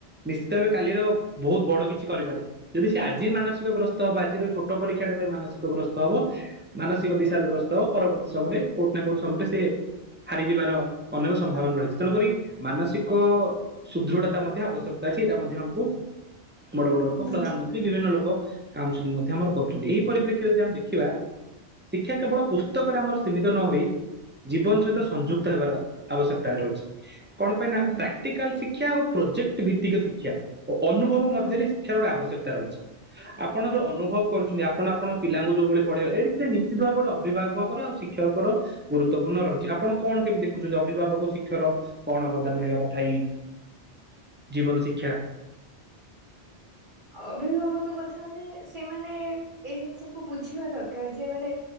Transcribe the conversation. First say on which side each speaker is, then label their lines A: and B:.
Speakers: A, on the right; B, on the right.
A: ନିଶ୍ଚିତ ଭାବେ କାଲିର ବହୁତ ବଡ କିଛି କରିପାରେ ଯଦି ସେ ଆଜି ମାନସିକଗ୍ରସ୍ତ ହବ ଆଜିର ଏଇ ଛୋଟ ପରୀକ୍ଷାଟା ପାଇଁ ମାନସିକଗ୍ରସ୍ତ ହବ ମାନସିକ ବିଷାଦଗ୍ରସ୍ତ ହବ ପରବର୍ତ୍ତୀ ସମୟରେ କୋଉଠି ନା କୋଉଠି ସମୟରେ ସେ ହାରିଯିବାର ଅନେକ ସମ୍ଭାବନା ରହିଛି। ତେଣୁକରି ମାନସିକ ସୁଦୃଢତା ମଧ୍ୟ ଆବଶ୍ୟକତା ଅଛି ଏଇଟା ମଧ୍ୟ ଆମକୁ୍ ବଡ ବଡ ଲୋକ
B: ହୁଁ
A: ପ୍ରଧାନମନ୍ତ୍ରୀ ବିଭିନ୍ନ ଲୋକ। କାଉନସେଲିଙ୍ଗ୍ ମଧ୍ୟ ଆମର କରୁଛନ୍ତି ଏଇ ପରିପ୍ରେକ୍ଷୀରେ ଯଦି ଆମେ ଦେଖ୍ ଖିବା ଶିକ୍ଷା କେବଳ ପୁସ୍ ସ୍ତକରେ ଆମର ସୀମିତ ନ ହୋଇ ଜୀବନ ସହିତ ସଂଯୁକ୍ତ ହେବାର ଆବଶ୍ୟକତା ରହିଛି। <inaudible> କଣ ପାଇଁ
B: ହୁଁ
A: ନା ପ୍ରାକ୍ଟିକାଲ ଶିଖ୍ କ୍ଷା ଅଉ ପ୍ରୋଜେକ୍ଟ ଭିତ୍ତିକ ଶିକ୍ଷା। ଓ ଅନୁଭବ ମଧ୍ୟରେ
B: ହୁଁ
A: ଶିକ୍ଷାର ଗୋଟେ ଆବଶ୍ୟକ୍ <unintelligible> ରହିଛି, ଆପଣ ଯୋଉ ଅନୁଭବ କରୁଛନ୍ତି ଆପଣ ଆପଣ ପିଲାଙ୍କୁ ଯୋଉ ଭଳି ପଢେଇବେ ଏଇଥିରେ ନିଶ୍ଚିତ ଭାବରେ ଗୋଟେ ଅଭିଭାବକର ଆଉ ଶିକ୍ଷକର ଗୁରୁତ୍ୱପୂର୍ଣ୍ଣ ରହିଛି ଆପଣ କଣ କେମିତି ଦେଖୁଛନ୍ତି ଅଭିଭାବକ ଶିକ୍ଷର କଣ ଅବଦାନ ରହିବା କଥା ଏଇ ଜୀବନ ଶିକ୍ଷା।
B: ଅଭିଭାବକ କଥା ମାନେ ସେମାନେ ଏଇ ଜିନିଷକୁ ବୁଝିବା ଦରକାର ଯେ ମାନେ